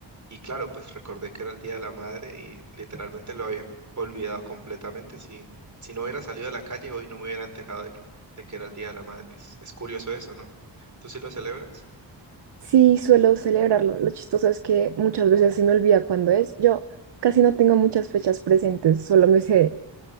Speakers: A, on the right; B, on the right.
A: y claro, pues recordé que era el Día de la Madre y literalmente lo había olvidado completamente. Si, si no hubiera salido a la calle, hoy no me hubiera enterado de que, de que era el Día de la Madre. Es, es curioso eso, ¿no? ¿Tú sí lo celebras?
B: Sí, suelo celebrarlo. Lo chistoso es que muchas veces se me olvida cuándo es. Yo casi no tengo muchas fechas presentes, solo me sé,